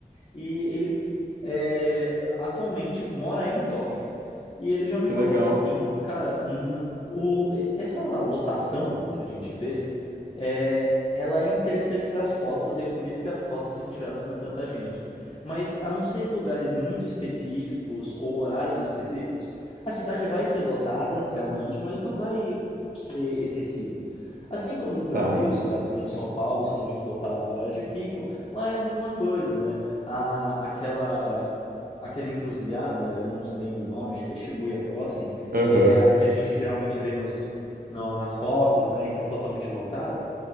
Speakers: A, on the left; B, on the right.
A: e ele é, atualmente mora em Tóquio. E ele já me
B: Que
A: falou
B: legal.
A: que assim, cara, n- n- o, essa lotação que a gente vê é, ela é interessante para as fotos e é por isso que as fotos são tiradas com tanta gente. Mas a não ser lugares muito específicos ou horários específicos, a cidade vai ser lotada realmente, mas não vai ser excessiva. Assim como no Brasil,
B: Tá.
A: cidades como São Paulo são muito lotadas no horário de pico, lá é a mesma coisa, né? A, aquela aquela encruzilhada, eu não lembro o nome, acho que é Shibuya Crossing,
B: Aham.
A: que é a que a gente geralmente vê nos, no- nas fotos, né? Que é totalmente lotada.